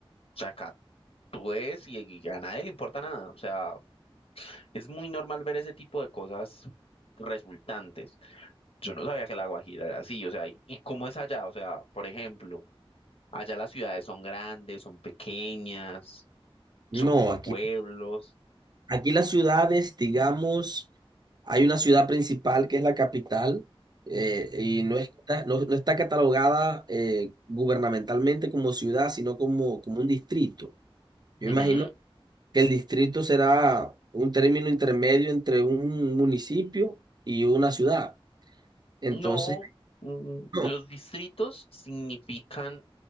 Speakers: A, on the left; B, on the right.
A: sea, acá tú ves y, y a nadie le importa nada. O sea, Es muy normal ver ese tipo de cosas resultantes. Yo no sabía que la Guajira era así, o sea, ¿y, y cómo es allá? O sea, por ejemplo, allá las ciudades son grandes, son pequeñas,
B: No,
A: son como
B: aquí
A: pueblos.
B: Aquí las ciudades, digamos, hay una ciudad principal que es la capital eh, y no está, no, no está catalogada eh, gubernamentalmente como ciudad, sino como, como un distrito. Yo
A: Ujú.
B: imagino que el distrito será un término intermedio entre un municipio y una ciudad. Entonces,
A: No, mm,
B: <clears throat> no.
A: los distritos significan,